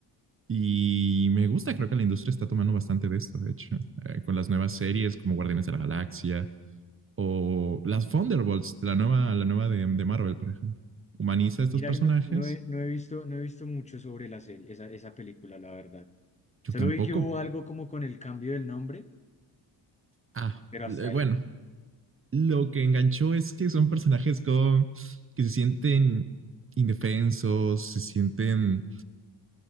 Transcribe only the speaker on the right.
Y me gusta, creo que la industria está tomando bastante de esto, de hecho, eh, con las nuevas series como Guardianes de la Galaxia o las Thunderbolts, la nueva, la nueva de, de Marvel, por ejemplo. Humaniza
a estos personajes.
Yo
tampoco.
Ah,
eh,
bueno,
Lo que enganchó es que son personajes con, que se sienten indefensos, se sienten,